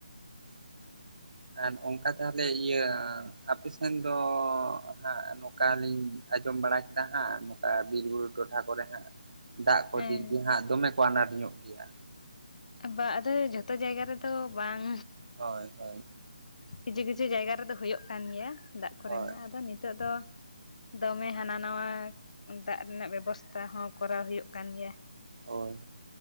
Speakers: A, on the right; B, on the left.
A: <inaudible> ᱟᱨ ᱚᱝᱠᱟ ᱛᱮᱦᱚᱞᱮ ᱤᱭᱟᱹ ᱟᱯᱮ ᱥᱮᱱ ᱫᱚ ᱦᱟᱸᱜ ᱱᱚᱠᱟ ᱞᱤᱧ ᱟᱸᱡᱚᱢ ᱵᱟᱲᱟ ᱠᱮᱫᱟ ᱦᱟᱸᱜ ᱱᱚᱠᱟ ᱵᱤᱨ ᱵᱩᱨᱩ ᱴᱚᱴᱷᱟ ᱠᱚᱨᱮ ᱦᱟᱸᱜ ᱫᱟᱜ ᱠᱚ
B: ᱦᱮᱸ
A: ᱫᱤᱠ ᱫᱤᱭᱮ ᱦᱟᱸᱜ ᱫᱚᱢᱮ ᱠᱚ ᱟᱱᱟᱴ ᱧᱚᱜ ᱜᱮᱭᱟ᱾
B: ᱵᱟ ᱟᱫᱚ ᱡᱷᱚᱛᱚ ᱡᱟᱭᱜᱟ ᱨᱮᱫᱚ ᱵᱟᱝ
A: ᱦᱳᱭ ᱦᱳᱭ
B: ᱠᱤᱡᱷᱩ ᱠᱤᱡᱷᱩ ᱡᱟᱭᱜᱟ ᱨᱮᱫᱚ ᱦᱩᱭᱩᱜ ᱠᱟᱱ ᱜᱮᱭᱟ ᱫᱟᱜᱽ ᱠᱚᱨᱮᱱᱟᱜ
A: ᱦᱳᱭ
B: ᱟᱫᱚ ᱱᱤᱛᱚᱜ ᱫᱚ ᱫᱚᱢᱮ ᱦᱟᱱᱟ ᱱᱟᱣᱟ ᱫᱟᱜᱽ ᱨᱮᱱᱟᱜ ᱵᱮᱵᱚᱥᱛᱟ ᱦᱚᱸ ᱠᱚᱨᱟᱣ ᱦᱩᱭᱩᱜ ᱠᱟᱱ ᱜᱮᱭᱟ᱾
A: ᱦᱳᱭ ᱦᱳᱭ᱾